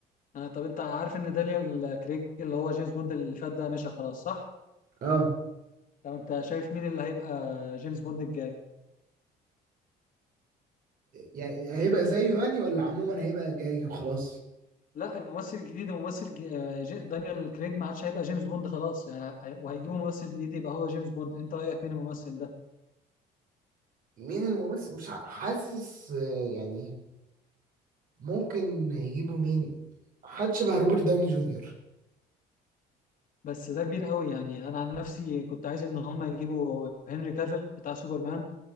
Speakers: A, on the left; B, on the right.
A: آه طب انت عارف ان دانيال كريج اللي هو جيمس بوند اللي فات ده مشى خلاص صح
B: اه
A: طب انت شايف مين اللي هيبقى جيمس بوند الجاي
B: يعني هيبقى زيه يعني ولا عموما هيبقى جاي وخلاص
A: لا الممثل الجديد الممثل الج- آه، جي- دانيال كريج ما عادش هيبقى جيمس بوند خلاص يعني هي- وهيجيبوا ممثل جديد يبقى هو جيمس بوند انت رايك مين الممثل ده
B: مين الممثل مش ع- حاسس آه، يعني ممكن يجيبوا مين حد شبه روبرت داوني جونيور
A: بس ده كبير قوي يعني انا عن نفسي كنت عايز ان هم يجيبوا هنري كافيل بتاع سوبرمان